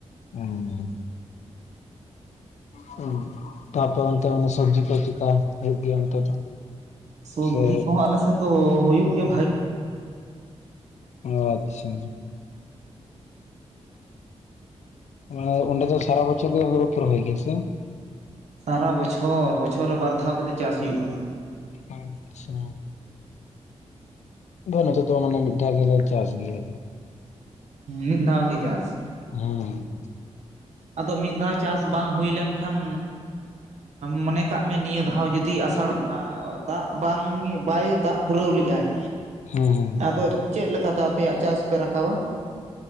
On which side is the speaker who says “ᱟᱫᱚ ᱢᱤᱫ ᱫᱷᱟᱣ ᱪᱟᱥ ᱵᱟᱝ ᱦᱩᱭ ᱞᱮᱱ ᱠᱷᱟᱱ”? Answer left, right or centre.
Right